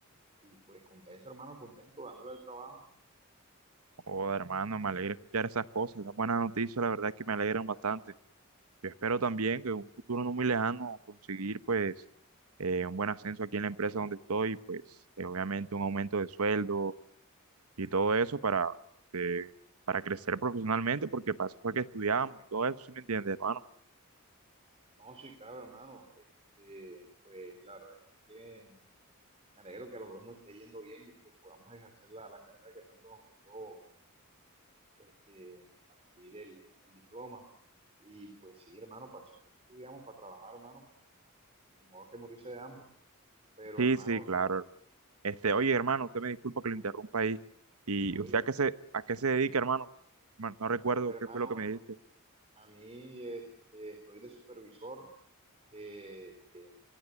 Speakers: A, on the right; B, on the right.
A: y pues contento hermano, contento dándole al trabajo,
B: Oh, hermano, me alegra escuchar esas cosas, esas buenas noticias, la verdad es que me alegran bastante. Yo espero también que en un futuro no muy lejano conseguir, pues, eh, un buen ascenso aquí en la empresa donde estoy, pues, eh, obviamente un aumento de sueldo y todo eso para, eh, para crecer profesionalmente, porque para fue que estudiamos y todo eso, ¿sí me entiende, hermano?
A: no, sí, claro hermano, este, pues la verdad es que me alegro que a los dos nos esté yendo bien y que podamos ejercer la, la carrera que tanto nos costó este, adquirir el, el diploma. Y pues sí, hermano, para eso fue que estudiamos, para trabajar, hermano. porque, ajá, de modo que morirse de hambre. Pero
B: Sí,
A: hermano,
B: sí, claro.
A: eh,
B: Este,
A: sí,
B: oye,
A: claro,
B: hermano, usted me disculpa que lo interrumpa ahí. ¿Y
A: no
B: usted
A: dígame,
B: a qué
A: hermano.
B: se, a qué se dedica, hermano? No no recuerdo
A: Pero
B: qué
A: hermano,
B: fue lo que me dijiste.
A: a mí este, estoy de supervisor de, de-